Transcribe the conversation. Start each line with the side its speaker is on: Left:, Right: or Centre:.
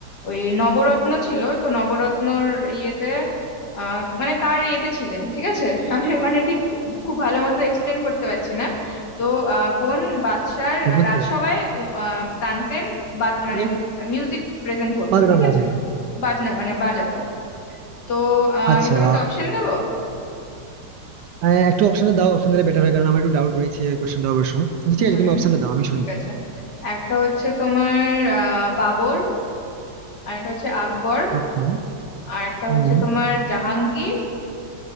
Left: ওই নবরত্ন ছিল তো নবরত্নর ইয়েতে আহ, মানে কার ইয়েতে ছিলেন ঠিক আছে <laughs> আমি মানে ঠিক খুব ভালো মতো এক্সপ্লেন করতে পারছি না তো আহ, কোন বাদশার
Right: বুঝতে
Left: রাজসভায়
Right: পারছি
Left: উ- আহ, তানসেন বাদ মানে
Right: উনি
Left: মিউজিক প্রেজেন্ট করতো
Right: বাজনা
Left: ঠিক
Right: বাজান
Left: আছে বাজনা মানে বাজাতো তো আহ,
Right: আচ্ছা
Left: আমি তোমাকে অপশন দেবো
Right: আহ, একটু অপশনটা দাও অপশন দিলে বেটার হয় কারণ আমার একটু ডাউট রয়েছে এই কোশ্চেনটা অবশ্য আচ্ছা
Left: হুম
Right: ঠিক আছে তুমি অপশনটা দাও আমি
Left: ঠিক
Right: শুনি
Left: আছে একটা হচ্ছে তোমার আহ বাবর আর একটা হচ্ছে আকবর
Right: আচ্ছা
Left: আর একটা
Right: হুম
Left: হচ্ছে তোমার জাহাঙ্গীর